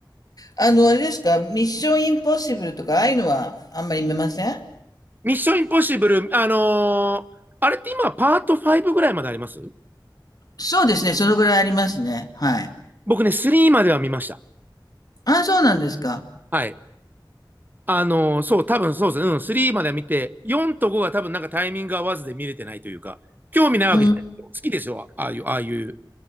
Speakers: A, on the left; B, on the right.
A: あの、あれですか、ミッションインポッシブルとか、ああいうのはあんまり見ません
B: ミッション・インポッシブル、あのーあれって今、パート5ぐらいまであります
A: そうですね、そのぐらいありますね。はい。
B: 僕ね、3までは見ました。
A: ああ、そうなんですか。
B: はい。あのーそう、多分そうですね。うん、3までは見て、4と5が多分なんかタイミング合わずで見れてないというか、興味ないわけじゃない。
A: うん。
B: 好きですよ。ああいう、ああいう、